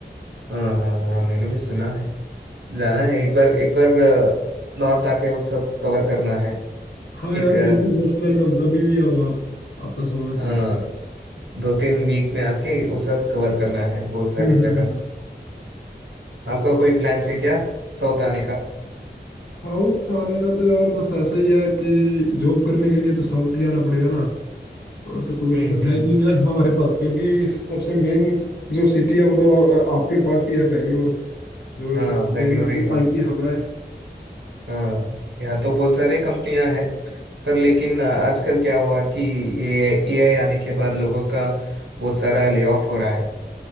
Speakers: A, on the right (about 80°); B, on the left (about 65°).
A: हाँ हाँ हाँ मैंने भी सुना है जाना है एक बार एक बार नॉर्थ आके वो सब कवर करना है
B: हाँ
A: एक
B: यार बिल्कुल मोस्ट वेलकम कभी भी आओ आप आपका स्वागत
A: हाँ
B: है
A: दो तीन वीक में आके वो सब कवर करना है बहुत सारी
B: हम्म हम्म
A: जगह
B: हम्म
A: आपका कोई प्लान है क्या साउथ आने का
B: साउथ आने का तो यार बस ऐसा ही है कि जॉब करने के लिए तो साउथ ही आना पड़ेगा ना और तो
A: हम्म
B: तो
A: हम्म
B: है नहीं ना हमारे पास क्योंकि सबसे मेन जो सिटी है वो तो आ- आपके पास ही है बेंगलोर जो
A: हाँ
B: सबसे
A: बेंगलोर
B: मेन
A: ही है
B: आईटी हब है
A: हाँ यहाँ तो बहुत सारे कंपनियां हैं पर लेकिन आ, आजकल क्या हुआ कि ए आई आने के बाद लोगों का बहुत सारा ले ऑफ हो रहा है